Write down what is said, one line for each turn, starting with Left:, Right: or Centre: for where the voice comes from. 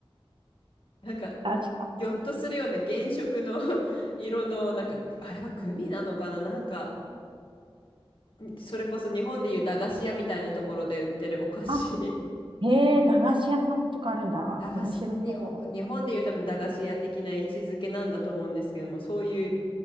Left: なんか、
Right: 確かに。
Left: ぎょっとするような原色の <laughs> 色の、なんか、あれはグミなのかななんか、それこそ日本でいう駄菓子屋みたいなところで売ってるお菓子
Right: あへえ、駄菓子屋さんとかあるんだ。
Left: <laughs> 駄菓子、
Right: 面白そ
Left: 日本、日本でいう多分駄菓子屋的な位置づけなんだと思うんですけども、そういう